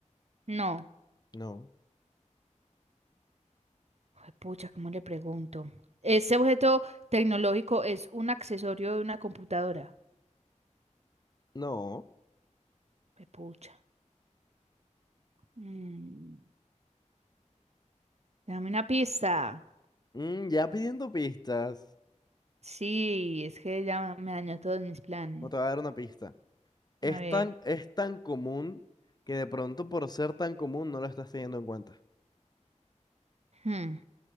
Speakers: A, on the right; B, on the left.
A: No.
B: no,
A: Ay, pucha, ¿cómo le pregunto? ¿Ese objeto tecnológico es un accesorio de una computadora?
B: no.
A: Ay, pucha. Mm, dame una pista.
B: Mm, ya pidiendo pistas.
A: Sí, es que ya me dañó todos mis planes.
B: O te voy a dar una pista. Es
A: A ver.
B: tan, es tan común que de pronto por ser tan común no lo estás teniendo en cuenta.
A: hmm,